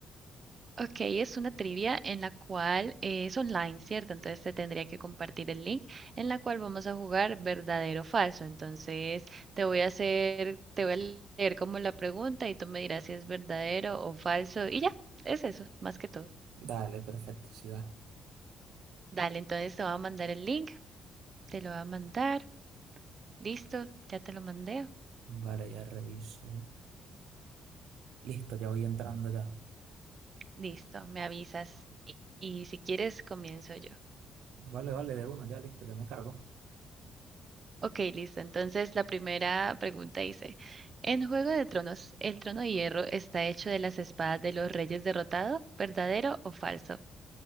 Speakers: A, on the right; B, on the right.
A: Ok, es una trivia en la cual eh, es online, ¿cierto? Entonces te tendría que compartir el link en la cual vamos a jugar verdadero o falso. Entonces te voy a hacer, te voy a leer como la pregunta y tú me dirás si es verdadero o falso. Y ya, es eso, más que todo.
B: Dale, perfecto, siga.
A: Dale, entonces te voy a mandar el link. Te lo va a mandar. Listo, ya te lo mandé.
B: Vale, ya reviso. Listo, ya voy entrando ya.
A: Listo, me avisas. Y si quieres, comienzo yo.
B: Vale, vale, de uno, ya listo, ya me cargo.
A: Ok, listo. Entonces, la primera pregunta dice, en Juego de Tronos, ¿el trono de hierro está hecho de las espadas de los reyes derrotados? ¿Verdadero o falso?